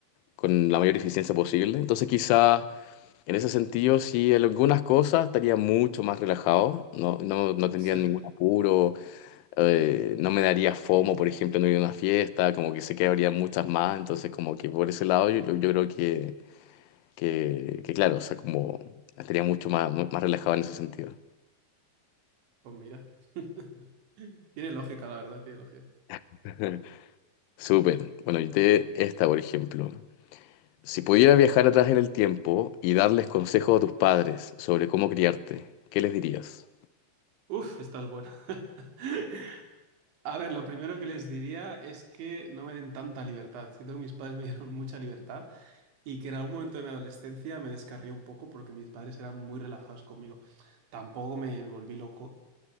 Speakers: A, on the left; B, on the right.
A: con la mayor eficiencia posible. Entonces, quizá... En ese sentido, sí, en algunas cosas estaría mucho más relajado, no, no, no tendría
B: Sí.
A: ningún apuro, eh, no me daría FOMO, por ejemplo, no ir a una fiesta, como que sé que habría muchas más, entonces como que por ese lado yo, yo yo creo que, que, que claro, o sea, como estaría mucho más, mu- más relajado en ese sentido.
B: pues mira. <laughs> Tiene lógica, la verdad, tiene lógica.
A: <laughs> Súper. Bueno, yo te esta, por ejemplo. Si pudieras viajar atrás en el tiempo y darles consejos a tus padres sobre cómo criarte, ¿qué les dirías?
B: Uf, estás buena. <laughs> A ver, lo primero que les diría es que no me den tanta libertad. Siento que mis padres me dieron mucha libertad y que en algún momento de mi adolescencia me descarrié un poco porque mis padres eran muy relajados conmigo. Tampoco me, me volví loco,